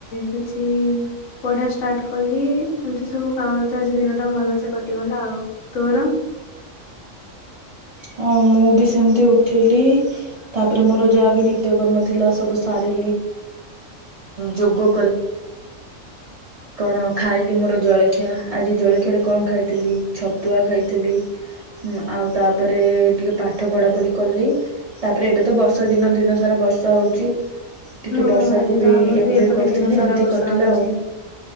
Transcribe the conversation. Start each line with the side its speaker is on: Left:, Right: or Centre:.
Left: ହଉଛି ପଢା ଷ୍ଟାର୍ଟ କଲି ଏମିତି ସବୁ କାମରେ ତ ଆଜି ଦିନ ଟା ଭଲ ସେେ କଟିଗଲା ଆଉ ତୋର
Right: ହଁ ମୁଁ ବି ସେମିତି ଉଠିଲି ତାପରେ ମୋର ଯାହା ବି ନିତ୍ୟକର୍ମ ଥିଲା ସବୁ ସାରି ଯ କ କଣ ଖ ି ଆ ଜଳିଆରେ କ ଖଥିଲି ଛତୁଆ ଖାଇଥିଲି ଆଉ ତାପରେ ଟିକେ ପାଠ ପଢା ପଢି କଲି ତାପରେ ଏବେ ତ ବର୍ଷା ଦିନ ଦିନ ସାରା ବର୍ଷା ହଉଛି ଟିକେ
Left: ହଁ
Right: ବର୍ଷାକୁ
Left: ଆଜି
Right: ବି
Left: ତ ଆମର
Right: ଏଞଜୟ
Left: ଏପଟେ
Right: କରିଥିଲି
Left: ଦିନ ସାରା
Right: ଏମିତି
Left: ବର୍ଷା
Right: କଟିଲା
Left: ହଉଛି।
Right: ଆଉ